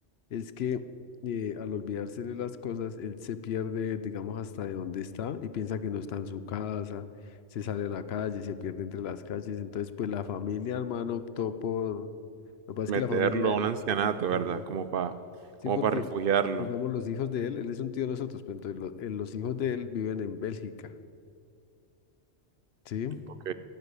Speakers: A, on the left (about 65°); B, on the right (about 60°).
A: es que eh, al olvidarse de las cosas, él se pierde, digamos, hasta de dónde está y piensa que no está en su casa, se sale a la calle, se pierde entre las calles. Entonces, pues la familia, hermano, optó por... Lo que pasa es
B: meterlo
A: que la familia,
B: a un ancianato, ¿verdad?
A: sí,
B: Como para
A: sí,
B: como
A: porque,
B: para refugiarlo.
A: digamos, los hijos de él, él es un tío de nosotros, pero entonces lo- eh, los hijos de él viven en Bélgica, ¿sí?
B: Ok,